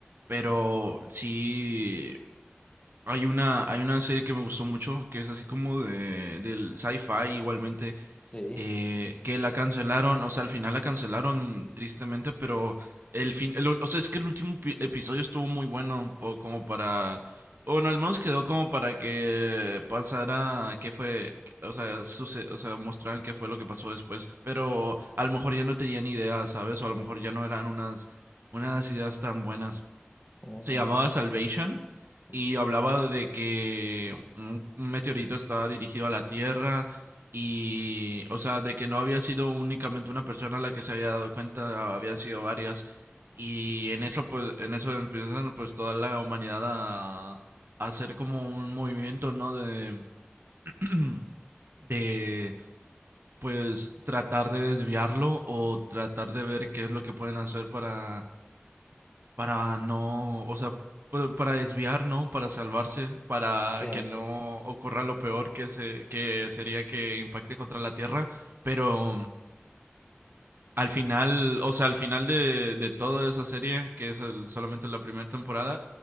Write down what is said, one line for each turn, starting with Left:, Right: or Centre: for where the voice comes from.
Right: pero sí hay una, hay una serie que me gustó mucho, que es así como de, del sci-fi igualmente,
Left: Sí.
Right: eh, que la cancelaron, o sea, al final la cancelaron tristemente, pero el fin, el- o sea, es que el último pi- episodio estuvo muy bueno, po- como para, bueno, al menos quedó como para que pasara, qué fue, qué- o sea, suce- o sea, mostraran qué fue lo que pasó después, pero a lo mejor ya no tenían ideas, ¿sabes? O a lo mejor ya no eran unas, unas ideas tan buenas
Left: Oh,
Right: se llamaba Salvation
Left: Salvation.
Right: y hablaba de que un, un meteorito estaba dirigido a la Tierra y, o sea, de que no había sido únicamente una persona la que se había dado cuenta, habían sido varias. Y en eso, pues, en eso empiezan, pues, toda la humanidad a, a hacer como un movimiento, ¿no? De, <clears throat> de, pues, tratar de desviarlo o tratar de ver qué es lo que pueden hacer para para no, o sea, pa- para desviar, ¿no? Para salvarse, para
Left: Sí.
Right: que no ocurra lo peor que se, que sería que impacte contra la Tierra, pero al final, o sea, al final de, de toda esa serie, que es el- solamente la primera temporada,